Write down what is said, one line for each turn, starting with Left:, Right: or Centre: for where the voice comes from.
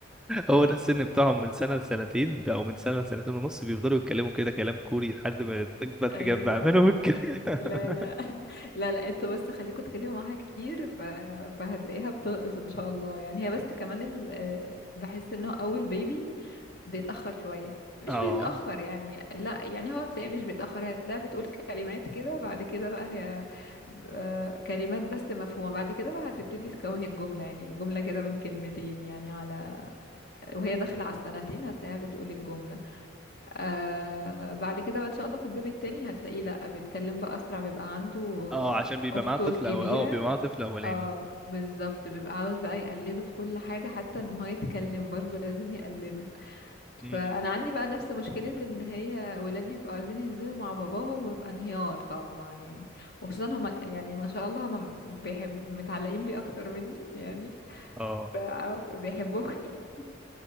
Centre: هو ده السن بتاعهم من سنه لسنتين ده او من سنه لسنتين ونص بيفضلوا يتكلموا كده كلام كوري لحد ما تكبر تجمع
Left: ايوه
Centre: منهم الكلام
Left: لا
Centre: <laughs>
Left: لا <laughs> لا لا انتوا بس خليكوا تتكلموا معاها كتير ف... فهتلاقيها بترقص ان شاء الله يعني هي بس كمان ال... آه، بحس ان هو اول بيبي بيتأخر شوية مش
Centre: اه
Left: بيتأخر يعني لا يعني هو بتلاقيه مش بيتأخر هتلاقيها بتقول كلمات كده بعد كده بقى هي آه، كلمات بس مفهومة بعد كده بقى هتبتدي تكون الجملة يعني جملة كده من كلمتين يعني على وهي داخلة على السنتين هتلاقيها بتقول الجملة آه بعد كده بقى ان شاء الله في البيبي التاني هتلاقيه لا بيتكلم بقى اسرع بيبقى عنده
Centre: اه عشان بيبقى
Left: اخته
Centre: معاه طفل
Left: الكبيره
Centre: او اه بيبقى معاه طفل اولاني
Left: اه بالظبط بيبقى عاوز بقى يقلده في كل حاجه حتى ان هو يتكلم برضه لازم يقلده
Centre: مم.
Left: فانا عندي بقى نفس مشكله ان هي ولادي بيبقوا عايزين ينزلوا مع باباهم وبيبقى انهيار طبعا يعني وخصوصا هما يعني ما شاء الله هما بيحبوا متعلقين بيه اكتر مني يعني
Centre: اه
Left: فبيحبوه <laughs> أكتر.